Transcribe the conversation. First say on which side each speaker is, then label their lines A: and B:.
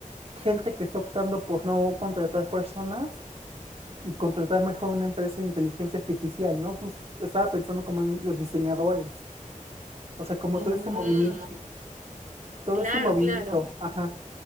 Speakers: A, on the right; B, on the right.
A: gente que está optando por no contratar personas y contratar mejor una empresa de inteligencia artificial, ¿no? Pues estaba pensando como en los diseñadores, o sea, como
B: O
A: todo
B: sea,
A: ese
B: ¿cómo,
A: movimiento,
B: cómo, Mm,
A: todo
B: claro,
A: ese movimiento,
B: claro.
A: ajá,